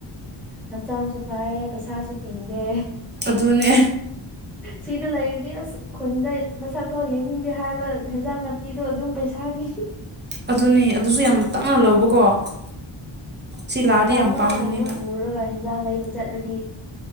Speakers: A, in the centre; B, on the right (about 20°).
A: ꯍꯛꯆꯥꯡꯁꯨ ꯐꯩ ꯄꯩꯁꯥꯁꯨ ꯇꯤꯡꯗꯦ
B: ꯑꯗꯨꯅꯦ
A: ꯁꯤꯗ ꯂꯩꯔꯗꯤ ꯑꯁ ꯈꯨꯟꯗ ꯃꯁꯛ ꯐꯥꯎ ꯌꯦꯡꯅꯤꯡꯗꯦ ꯍꯥꯏꯕ ꯍꯟꯖꯥꯡ ꯅꯥꯄꯤꯗꯣ ꯑꯗꯨꯝ ꯄꯩꯁꯥꯒꯤ
B: ꯑꯗꯨꯅꯤ ꯑꯗꯨꯁꯨ ꯌꯥꯝ ꯇꯥꯡꯅ ꯂꯧꯕꯀꯣ ꯁꯤ ꯂꯥꯛꯑꯗꯤ
A: ꯆꯥꯝꯉꯥꯒꯨꯝꯕ
B: ꯌꯥꯝ ꯄꯥꯝꯅꯅꯦꯕ
A: ꯄꯨꯔꯒ ꯍꯤꯟ ꯍꯟꯖꯥꯡ ꯂꯩꯕ ꯆꯠꯂꯗꯤ